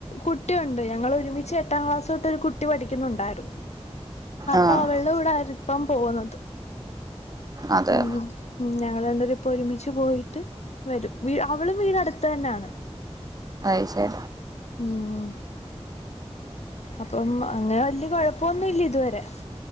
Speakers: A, on the left (about 80°); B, on the right (about 35°).
A: കുട്ടിയുണ്ട് ഞങ്ങളൊരുമിച്ച് എട്ടാം ക്ലാസ് തോട്ട് ഒരു കുട്ടി പഠിക്കുന്നുണ്ടായിരുന്നു. അപ്പൊ
B: ആഹ്
A: അവള്ടെ കൂടെ ആര് ഇപ്പം. പോകുന്നത്.
B: അതെ
A: ഉം ഉം ഞങ്ങള് രണ്ടുപ്പേരും. ഒരുമിച്ച് പോയിട്ട്. വരും അവളും വീടടു ന്നാണ്.
B: ചെ
A: ഉം. അപ്പം അങ്ങനെ വലിയ കുഴപ്പ പോന്നില്ല ഇതുവരെ.